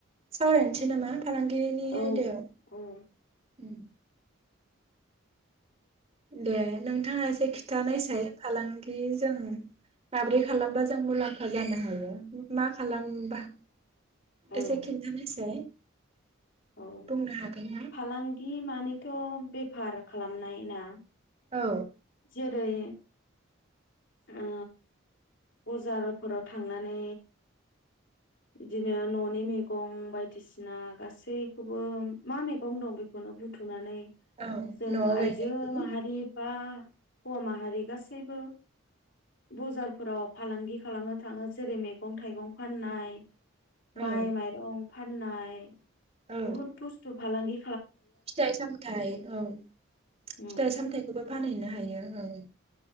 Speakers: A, on the right; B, on the left.
A: सावरायनोसै नामा? फालांगिरिनि
B: औ
A: आयदायाव ओम
B: औ
A: दे नोंथाङा से खिथानायसाय फालां बियो जों माब्रै खालामबा जों मुलाम्फा जानो हायो मा खालामबा
B: औ
A: एसे खिन्थानायसाय
B: औ
A: बुंनो हागोन ना
B: फालांगि मानिथ' बेफार खालामनाय ना
A: औ
B: जेरै ओ बजारफोराव थांनानै इदिनो न'नि मैगं बायदिसिना गासैखौबो मा मैगं दं बेखौनो बुथुमनानै
A: औ
B: जों
A: न'आव
B: आइजो
A: गायनायखौ
B: माहारि बा हौवा माहारि गासैबो बजारफोराव फालांगि खालामनो थाङो जेरै मैगं थाइगं फाननाय माय
A: औ
B: माइरं फाननाय
A: औ
B: बुहुत बुस्थु फलाांगि
A: फिथाइ सामथाय ओं
B: उम
A: फिथाइ सामथायाइखौबो फानहैनो हायो ओं